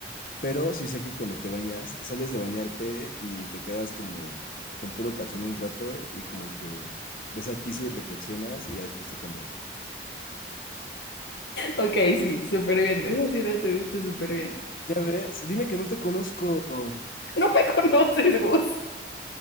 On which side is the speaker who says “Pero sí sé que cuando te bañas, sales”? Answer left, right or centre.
Left